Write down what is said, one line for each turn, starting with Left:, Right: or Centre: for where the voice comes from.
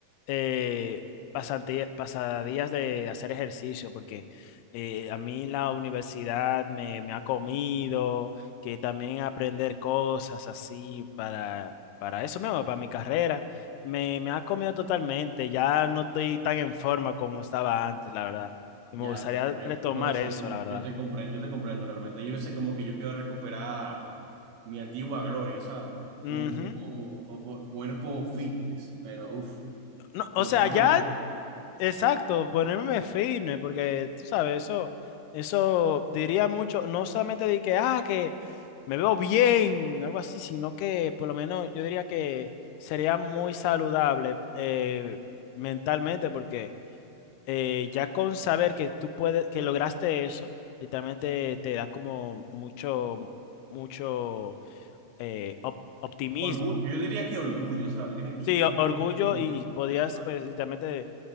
Left: eh, pasantía- pasadías de hacer ejercicio, porque eh, a mí la universidad me, me ha comido, que también aprender cosas así para, para eso mismo, para mi carrera, me, me ha comido totalmente, ya no estoy tan en forma como estaba antes, la verdad. Y
Right: Ya,
Left: me gustaría
Right: comprendo.
Left: retomar
Right: No, sí,
Left: Mm. eso,
Right: yo te,
Left: la verdad.
Right: yo te comprendo, yo te comprendo realmente. Yo a veces como que yo quiero recuperar mi antigua gloria, ¿sabes?
Left: Ujú.
Right: Mi antiguo o- o cuerpo fitness, pero uff,
Left: No, o
Right: como
Left: sea,
Right: que no
Left: ya
Right: me da.
Left: Exacto, ponerme firme, porque tú sabes, eso, eso diría mucho, no solamente de que, ah, que me veo bien, algo así, sino que por lo menos yo diría que sería muy saludable eh, mentalmente, porque eh, ya con saber que tú puedes, que lograste eso, literalmente te da como mucho, mucho eh, op- optimismo.
Right: Orgullo, yo diría que orgullo, ¿sabes? Tú tienes- tú
Left: Sí,
Right: sientes
Left: o-
Right: como
Left: orgullo
Right: que mucho orgullo
Left: y
Right: por
Left: podías,
Right: lo que tú haces.
Left: pues, literalmente